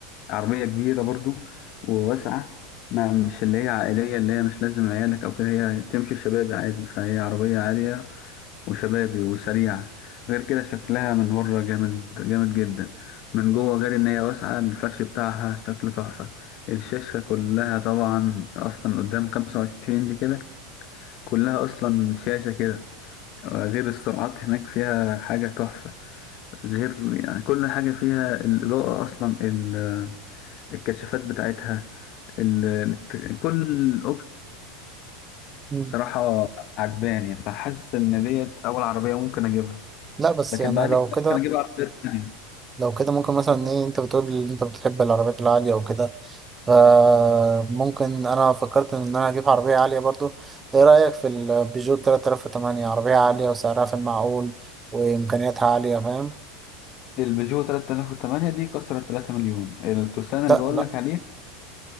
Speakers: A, on the left (about 50°); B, on the right (about 20°).
A: عربيه كبيره برضو وواسعه ما مش اللي هي عائليه اللي هي مش لازم عيالك او كده هي تمشي شبابي عادي فهي عربيه عاليه وشبابي وسريعه غير كده شكلها من بره جامد جامد جدا من جوه غير ان هي واسعه الفرش بتاعها شكله تحفه الشاشه كلها طبعا اصلا قدام 25 دي كده كلها اصلا شاشه كده غير السرعات هناك فيها حاجة تحفة غير يعني كل حاجة فيها الإضاءة أصلا ال- الكشافات بتاعتها ال... كل الأوبشن
B: مم.
A: صراحة عجباني فحاسس إن ديت أول عربية ممكن أجيبها
B: لا بس
A: لكن
B: يعني
A: بعد
B: لو
A: كده
B: كده
A: ممكن أجيب عربيات تانية
B: لو كده ممكن مثلا ايه انت بتقول ان انت بتحب العربيات العالية وكده فممكن انا فكرت ان انا اجيب عربية عالية برضو ايه رأيك في البيجو 3008 عربية عالية وسعرها في المعقول وامكانياتها عالية فاهم؟
A: البيجو 3008 دي كسرت 3 مليون التوسان اللي
B: لا
A: بقول
B: لا
A: لك عليه